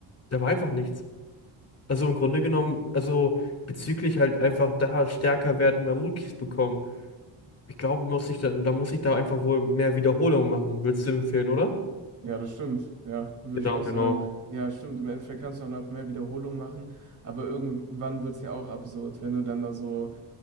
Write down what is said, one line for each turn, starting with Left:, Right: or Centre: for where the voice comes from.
Left: da war einfach nichts. Also im Grunde genommen, also bezüglich halt einfach da stärker werden und mehr Muckis bekommen. Ich glaube, muss ich da, da muss ich da einfach wohl mehr Wiederholungen machen. Willst du empfehlen, oder?
Right: Ja, das stimmt. Ja, würde
Left: Genau,
Right: ich auch sagen.
Left: genau.
Right: Ja, stimmt. Im Endeffekt kannst du dann auch mehr Wiederholungen machen, aber irgendwann wird es ja auch absurd, wenn du dann da so.